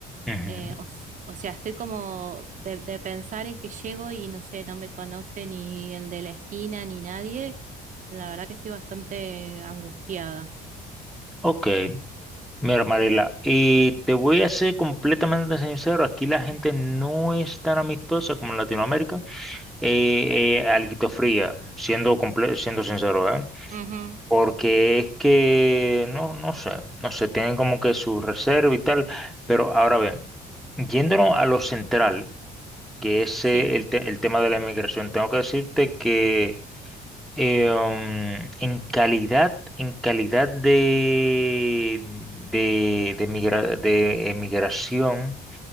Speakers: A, in the centre; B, on the right (about 50°).
A: ujú.
B: Eh, o, s- o sea, estoy como de, de pensar en que llego y no sé, no me conoce ni el de la esquina ni nadie. La verdad que estoy bastante angustiada.
A: Ok, mira, Mariela, y te voy a ser completamente sincero, aquí la gente no es tan amistosa como en Latinoamérica, eh, eh, alguito fría, siendo, comple- siendo sincero, ¿eh?
B: Ujú,
A: Porque es que, no, no sé, no sé, tienen como que su reserva y tal, pero ahora bien. Yéndonos a lo central, que es eh,
B: Sí.
A: el, te- el tema de la inmigración, tengo que decirte que eh, um, en calidad, en calidad de, de, de, migra- de emigración,